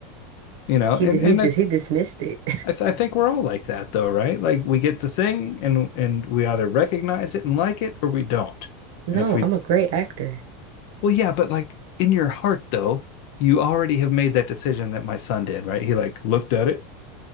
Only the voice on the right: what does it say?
He
did
he did
he dismissed it.
No,
I'm a great actor.